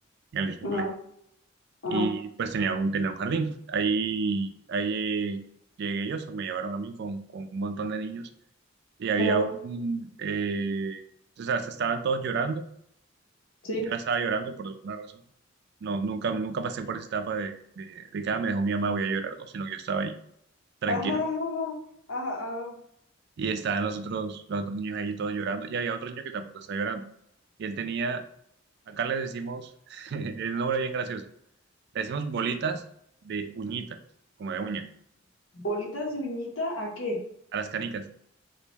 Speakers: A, on the right; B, on the left.
A: en el mismo
B: ajá,
A: colegio.
B: ajá,
A: Y pues tenía un, tenía un jardín. Ahí, ahí eh, llegué yo, o sea, me llevaron a mí con, con un montón de niños y había
B: ajá,
A: un, eh, o sea, estaban todos llorando,
B: sí.
A: yo no estaba llorando por alguna razón. No, nunca, nunca pasé por esa etapa de, de, de que "Ah, me dejó mi mamá, voy a llorar, no, sino que yo estaba ahí tranquilo.
B: Ajá, ajá, ajá, ajá.
A: y estaban los otros, los otros niños ahí todos llorando, y había otro niño que tampoco estaba llorando. Y él tenía, acá le decimos, <laughs> el nombre bien gracioso, le decimos bolitas de uñita, como de uña,
B: ¿Bolitas de uñita a qué?
A: a las canicas.